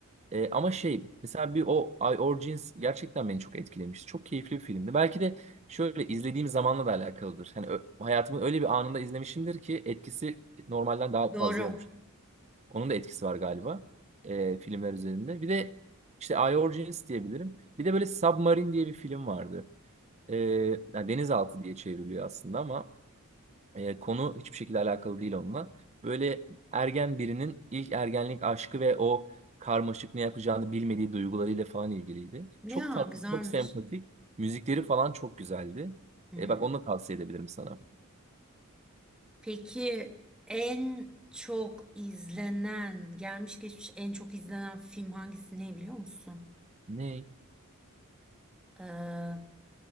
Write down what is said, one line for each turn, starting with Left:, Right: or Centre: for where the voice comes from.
Right: Ee, ama şey mesela bir o I Origins gerçekten beni çok etkilemişti. Çok keyifli bir filmdi. Belki de şöyle izlediğim zamanla da alakalıdır. Hani ö- hayatımın öyle bir anında izlemişimdir ki etkisi normalden daha
Centre: Doğru.
Right: fazla olmuş. Onun da etkisi var galiba e, filmler üzerinde. Bir de işte I Origins diyebilirim. Bir de böyle Submarine diye bir film vardı. Ee, yani denizaltı diye çevriliyor aslında ama e, konu hiçbir şekilde alakalı değil onunla. Böyle ergen birinin ilk ergenlik aşkı ve o karmaşık ne yapacağını bilmediği duygularıyla falan ilgiliydi.
Centre: Ya
Right: Çok tatlı,
Centre: güzelmiş.
Right: çok sempatik. Müzikleri falan çok güzeldi.
Centre: Hmm.
Right: E, bak onu da tavsiye edebilirim sana.
Centre: Peki en çok izlenen, gelmiş geçmiş en çok izlenen film hangisi ne biliyor musun?
Right: Ne?
Centre: Ee,